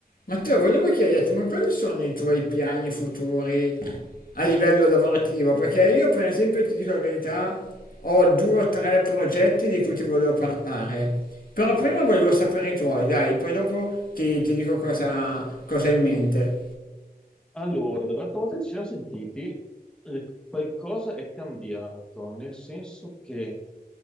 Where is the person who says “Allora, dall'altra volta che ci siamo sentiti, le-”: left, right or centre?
Centre